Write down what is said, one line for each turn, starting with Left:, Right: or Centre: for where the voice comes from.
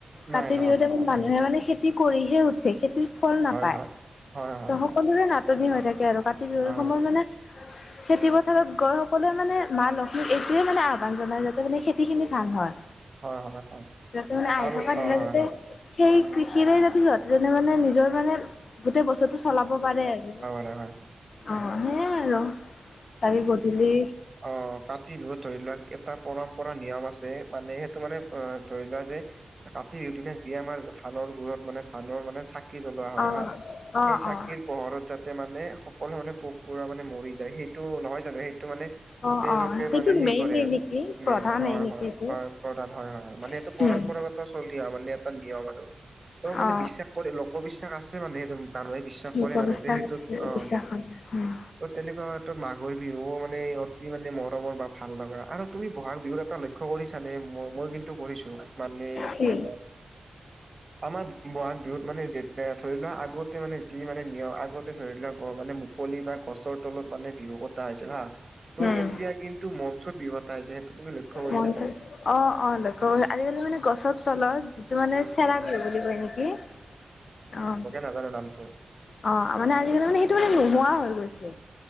Right: নাই
Left: কাতি
Right: নহ'ব
Left: বিহুৰ টাইমত
Right: নহ'ব
Left: মানুহে মানে খেতি কৰিহে উঠে, খেতিৰ ফল
Right: হয়
Left: নাপায়,
Right: হয় হয় হয়
Left: ত সকলোৰে না টনি হৈ থাকে আৰু কাতি বিহুৰ
Right: হয়
Left: সময়ত মানে
Right: <inaudible>
Left: খেতি পথাৰত গৈ সকলোৱে মানে মা লক্ষ্মীক এইটোয়ে মানে আহ্বান জনায় যাতে মানে খেতিখিনি ভাল হয়।
Right: হয় হয় হয়
Left: যাতে মানে আহি
Right: আৰু
Left: থকা দিনত
Right: অ হয়
Left: যাতে
Right: হয়
Left: সেই কৃষিৰে যাতে সিহঁতে যেনে মানে নিজৰ মানে গোটেই বছৰটো চলাব পাৰে আৰু।
Right: এ হয়, উম।
Left: অ সেইয়াই আৰু তাকে গধূলি
Right: অ কাতি বিহুত ধৰি লোৱা এটা পৰম্পৰা নিয়ম আছে মানে সেইটো মানে অ ধৰি লোৱা যে কাতি বিহুৰ দিনা যি আমাৰ ধানৰ গুৰত মানে ধানৰ মানে চাক কি জ্বলোৱা হয়
Left: অ
Right: হা
Left: অ
Right: সেই চাকিৰ
Left: অ
Right: পোহৰত যাত তে মানে সকলোৱে মানে পোক - পৰুৱা মানে মৰি যায় সেইটো নহয় জানো সেইটো মানে
Left: অ
Right: তেওঁলোকে
Left: অ সেইটো
Right: মানে সেই
Left: মেইনে
Right: কৰে,
Left: নেকি প্ৰধানেই
Right: মেইন হয়
Left: নেকি
Right: হয়,
Left: এইটো
Right: হয় প্ৰধান হয় হয় মানে সেইটো
Left: উম
Right: পৰম্পৰাগত চলি অহা মানে এটা নিয়ম আৰু ত মানে
Left: অ
Right: বিশ্বাস কৰে, লোক বিশ্বাস আছে মানে সেইটো মানুহে বিশ্বাস
Left: লোকবিশ্বাস
Right: কৰে মানে যে সেইটোত অ'।
Left: বিশ্বাস হয় উম'
Right: তেনেকুৱাত মাঘৰ বিহু মানে ইহত কি মানে মৰমৰ বা ভাল লগা আৰু তুমি বহাগ বিহুৰত এটা লক্ষ্য কৰিছা নে, মই-মই কিন্তু কৰিছোঁ। মানে
Left: কি
Right: খৰিকা আমাৰ বহাগ বিহুত মানে যেতিয়া ধৰি লোৱা আগতে মানে যি মানে নিয়ম, আগতে ধৰি লোৱা মানে কলি বা গছৰ তলত মানে বিহু পতা হৈছিল হা, ত'
Left: উম
Right: এতিয়া কিন্তু মঞ্চত বিহু পাই যে, সেইটো তুমি লক্ষ্য কৰিছানে?
Left: মন চন অ' অ' লক্ষ্য কৰোঁ, আজিকালি মানে গছৰ তলত যিটো মানে
Right: উম
Left: চেৰা
Right: উম
Left: বিহু বুলি কয় নেকি অ'।
Right: নাজানোঁ নামতো।
Left: অ' মানে আজিকালি মানে সেইটো মানে নোহোৱা হৈ গৈছে,